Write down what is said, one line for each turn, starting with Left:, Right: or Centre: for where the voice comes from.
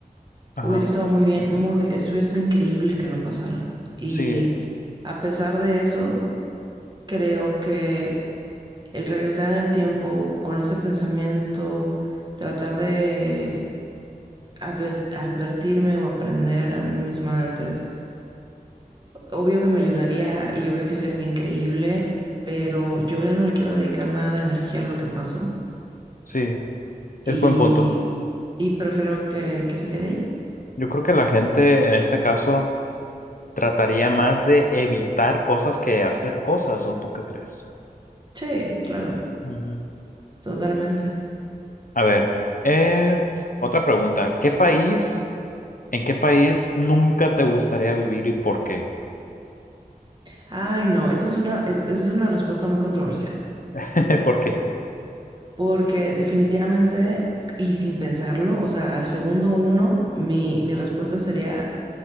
Left: Ajá.
Right: hubiera estado muy bien, muy, estuviera estado increíble que no pasaran. Y
Left: Sí,
Right: a pesar de eso, creo que el regresar en el tiempo con ese pensamiento, tratar de adver- advertirme o aprender a mí misma de antes. Obvio que me ayudaría y obvio que sería increíble, pero yo ya no le quiero dedicar nada de energía a lo que pasó
Left: sí, es
Right: y,
Left: buen punto.
Right: y prefiero que, que se quede ahí.
Left: Yo creo que la gente en este caso trataría más de evitar cosas que hacer cosas, ¿o tú qué crees?
Right: Sí, claro,
Left: Ujú.
Right: totalmente.
Left: A ver, eh, otra pregunta. ¿Qué país, en qué país nunca te gustaría vivir y por qué?
Right: Ay, no, esta es una, es, es una respuesta muy controversial.
Left: <laughs> ¿Por qué?
Right: Porque definitivamente, y sin pensarlo, o sea, al segundo uno, mi, mi respuesta sería,